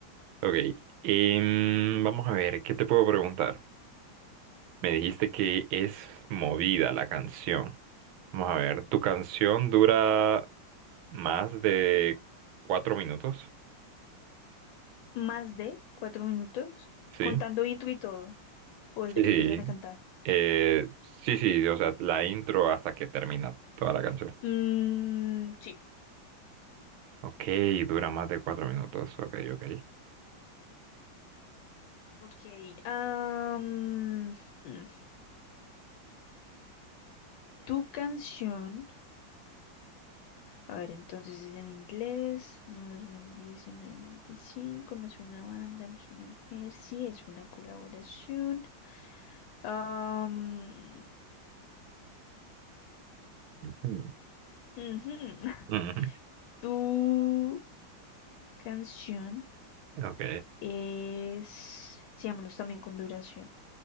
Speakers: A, on the right; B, on the left.
A: ok. Em, vamos a ver, ¿qué te puedo preguntar? Me dijiste que es movida la canción. Vamos a ver, ¿tu canción dura más de cuatro minutos?
B: más de cuatro minutos,
A: Sí.
B: contando intro y todo, o desde
A: Sí.
B: que empiezan a cantar.
A: Eh, sí, sí, o sea, la intro hasta que termina toda la canción.
B: Mm, sí,
A: Ok, dura más de cuatro minutos. Ok, ok.
B: ok. am, mm, tu canción, a ver, entonces es en inglés, no 2019, 25, no es una banda, no es una mujer, sí, es una colaboración. Am,
A: Ujú.
B: ujú. <laughs>
A: Ujú.
B: Tu canción
A: Ok,
B: es, sí, vámonos también con duración.